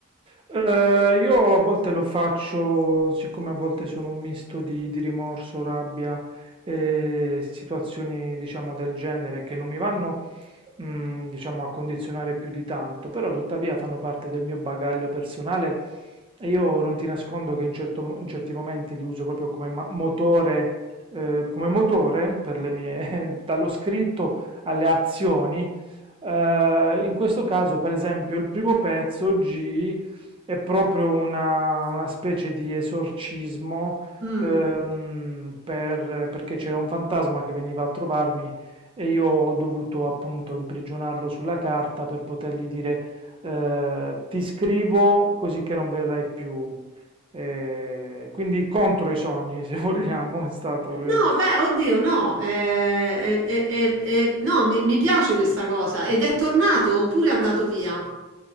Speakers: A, on the right (about 25°); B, on the right (about 65°).
A: Eh, io a volte lo faccio, siccome a volte sono un misto di, di rimorso, rabbia e situazioni, diciamo, del genere che non mi vanno, mm, diciamo, a condizionare più di tanto, però tuttavia fanno parte del mio bagaglio personale e io non ti nascondo che in, certo- in certi momenti li uso proprio come ma- motore, eh, come motore per le mie, <laughs> dallo scritto alle azioni. Eh, in questo caso, per esempio, il primo pezzo G è proprio una, una specie di esorcismo
B: Mm.
A: ehm, per- perché c'era un fantasma che veniva a trovarmi e io ho dovuto appunto imprigionarlo sulla carta per potergli dire eh, ti scrivo così che non verrai più. Eh, quindi contro i sogni, <laughs> se vogliamo, è stato. eh.
B: No, beh, oddio, no, eh, eh, eh, eh, eh, no, mi, mi piace questa cosa. Ed è tornato oppure è andato via?